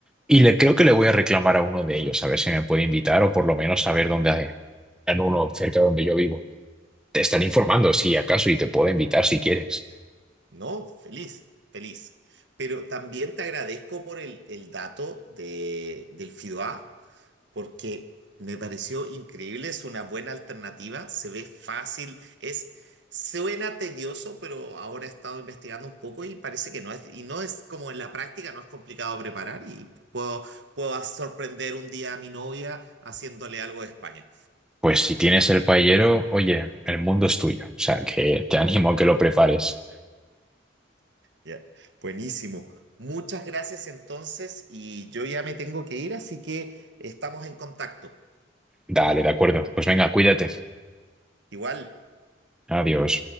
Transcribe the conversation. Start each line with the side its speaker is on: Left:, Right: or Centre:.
Centre: y le creo que le voy a reclamar a uno de ellos, a ver si me puede invitar o por lo menos saber dónde hay en uno cerca de donde yo vivo. Te estaré informando si acaso y te puedo invitar si quieres.
Right: no, feliz, feliz. Pero también te agradezco por el, el dato de, del FIDOA, porque me pareció increíble, es una buena alternativa, se ve fácil, es suena tedioso, pero ahora he estado investigando un poco y parece que no es y no es como en la práctica, no es complicado preparar y puedo puedo sorprender un día a mi novia haciéndole algo de España.
Centre: Pues si tienes el paellero, oye, el mundo es tuyo, o sea que te animo a que lo prepares.
Right: Ya, buenísimo. Muchas gracias entonces y yo ya me tengo que ir, así que estamos en contacto.
Centre: Dale, de acuerdo. Pues venga, cuídate.
Right: Igual.
Centre: Adiós.